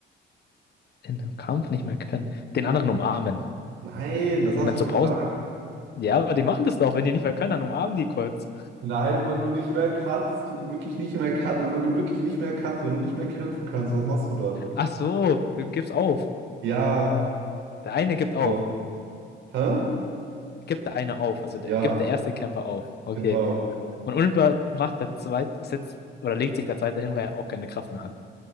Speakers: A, on the left (about 55°); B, on the right (about 85°).
A: In einem Kampf nicht mehr können. Den anderen umarmen.
B: Nein, das hast
A: Und dann
B: du schon
A: zur Pause.
B: gesagt.
A: Ja, aber die machen das doch. Wenn die nicht mehr können, dann umarmen die kurz.
B: Nein, wenn du nicht mehr kannst und wirklich nicht mehr kannst, wenn du wirklich nicht mehr kannst, wenn du nicht mehr kämpfen kannst, was machst du dann?
A: Ach so, du gibst auf.
B: Ja.
A: Der eine gibt auf.
B: So. Hä?
A: Gibt der eine auf. Also der,
B: Ja,
A: gibt der erste Kämpfer auf. Okay.
B: genau.
A: Und unmittelbar macht der zweite, setzt, oder legt sich der zweite hin, weil er auch keine Kraft mehr hat.